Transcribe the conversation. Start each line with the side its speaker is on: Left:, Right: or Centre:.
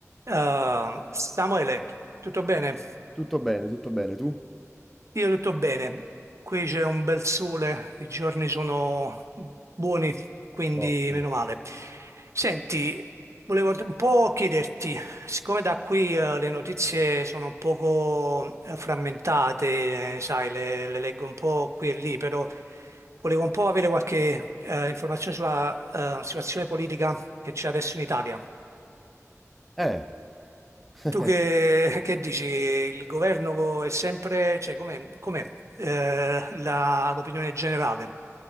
Right: Uh, Samuele, tutto bene?
Centre: Tutto bene, tutto bene, tu?
Right: Io tutto bene. Qui c'è un bel sole, i giorni sono buoni, quindi
Centre: Ottimo.
Right: meno male. Senti, volevo un po' chiederti, siccome da qui eh, le notizie sono un poco eh, frammentate, eh, sai, le, le leggo un po' qui e lì, però volevo un po' avere qualche eh, informazione sulla eh, situazione politica che c'è adesso in Italia.
Centre: Eh, <laughs>
Right: Tu che, che dici? Il governo co- è sempre, cioè com'è, com'è, eh, la- l'opinione generale?